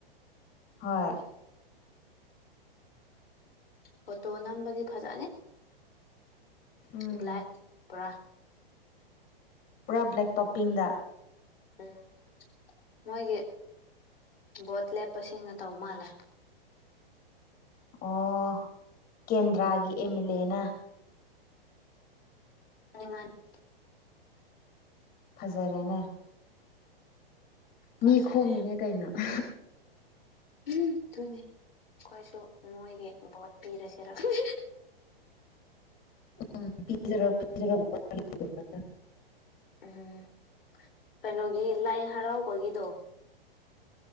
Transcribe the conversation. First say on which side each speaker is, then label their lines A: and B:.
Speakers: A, on the left; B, on the left.
A: ꯍꯣꯏ
B: ꯐꯣꯇꯣ ꯅꯝꯕꯗꯤ ꯐꯖꯅꯤ
A: ꯎꯝ
B: ꯕ꯭ꯂꯦꯛ ꯄꯨꯔꯥ
A: ꯄꯨꯔꯥ ꯕ꯭ꯂꯦꯛ ꯇꯣꯞꯄꯤꯡꯗ
B: ꯎꯝ ꯃꯣꯏꯒꯤ ꯕꯣꯠ ꯂꯦꯞꯄꯁꯤꯡꯅ ꯇꯧ ꯃꯥꯜꯂꯦ
A: ꯑꯣ ꯀꯦꯟꯗ꯭ꯔꯥꯒꯤ ꯑꯦꯝ ꯑꯦꯜ ꯑꯦꯅ
B: <unintelligible>
A: ꯐꯖꯔꯦꯅꯦ
B: ꯐꯖꯔꯦ
A: ꯃꯤ ꯈꯣꯝꯃꯤꯅꯦ ꯀꯩꯅꯣ <unintelligible>
B: ꯎꯝ ꯑꯗꯨꯅꯤ ꯑꯩꯈꯣꯏꯁꯨ ꯃꯣꯏꯒꯤ ꯚꯣꯠ ꯄꯤꯔꯁꯤꯔ ꯍꯤꯍꯤꯍꯤ
A: <unintelligible>
B: ꯎꯝ ꯀꯩꯅꯣꯒꯤ ꯂꯥꯏ ꯍꯔꯥꯎꯕꯒꯤꯗꯣ